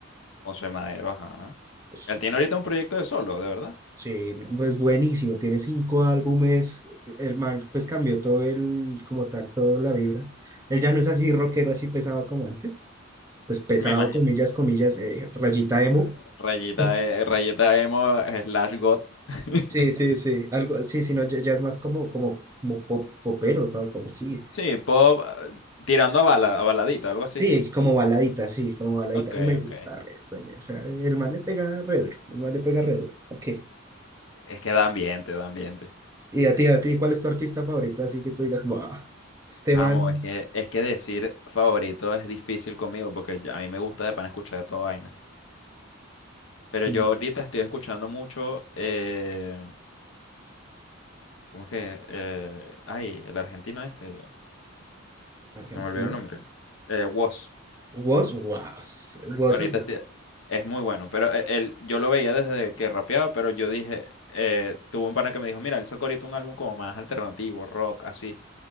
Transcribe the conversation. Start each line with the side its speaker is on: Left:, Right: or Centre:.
Left: José Madero, ajá.
Right: Pues,
Left: Él tiene ahorita un proyecto de solo, ¿de verdad?
Right: sí, no, pues buenísimo, tiene cinco álbumes. El man pues cambió todo el, como tal, toda la vibra. Él ya no es así rockero, así pesado como antes. Pues pesado,
Left: Me imagino.
Right: comillas, comillas, eh, rayita emo.
Left: Eh,
Right: <laughs>
Left: Rayita, eh, Rayita emo eh, slash got. <laughs>
Right: Sí, sí, sí, algo, sí, sí, no, ya, ya es más como, como, como pop, popero, tal, como sí,
Left: Sí, pop eh, tirando a bala, a baladita, algo así.
Right: Sí, como baladita, sí, como baladita.
Left: Ok,
Right: Y me gusta
Left: ok.
Right: resto, ñe. O sea, el man le pega re duro, el man le pega
Left: Eh,
Right: re duro. Ok.
Left: Es que da ambiente, da ambiente.
Right: Y a ti, a ti, ¿cuál es tu artista favorito? Así que tú digas, wow, este
Left: Chamo,
Right: man
Left: es que, es que decir favorito es difícil conmigo porque yo- a mí me gusta de pan escuchar de toda vaina. Pero
Right: mm,
Left: yo ahorita estoy escuchando mucho. eh, ¿Cómo es que? Eh, ay, el argentino este,
Right: argentino.
Left: se me olvidó el nombre. Eh, Wos.
Right: Woz, Woz, Woz
Left: Ahorita
Right: es bueno.
Left: este- es muy bueno, pero e- él, yo lo veía desde que rapeaba, pero yo dije, eh, tuve un pana que me dijo, mira, él sacó ahorita un álbum como más alternativo, rock, así.